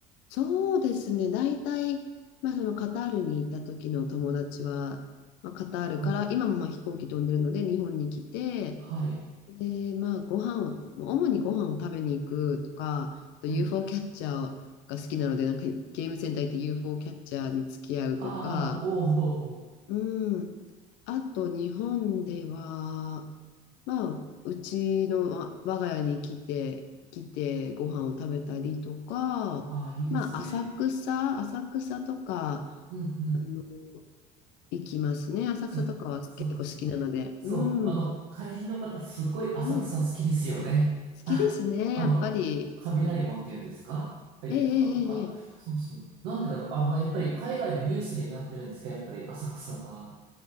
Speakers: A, on the left (about 70°); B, on the right (about 70°).
A: そうですね。大体、まあ、そのカタールにいた時の友達は、まあ、カタールから今もまあ飛行機飛んでるので日本に来て、
B: はい。はい。
A: で、まあ、ご飯を、もう主にご飯を食べに行くとか、あと
B: はい。
A: UFO キャッチャーが好きなので、なんかゲームセンター行って UFO キャッチャーに付き合うとか、
B: ああ、おーおー、おー
A: うん、あと日本では、まあ、うちのわ我が家に来て、来てご飯を食べたりとか、
B: ああ、いいですね。
A: まあ、浅草、浅草とか、
B: うんうん。
A: あの、行きますね。浅草とかは結構好きなので。
B: そ、そうですね。そう、
A: うん、
B: あの、怪人の方、すっごい浅草好きですよね。
A: うん。好きですね、
B: <laughs> あ、あの、
A: やっぱり。
B: 雷門って言うんですかああいうとことか。
A: うん、ええええええ
B: そうそう。なんでだろう。あ、まあ、やっぱり海外でニュースになってるんですけど、やっぱり浅草が、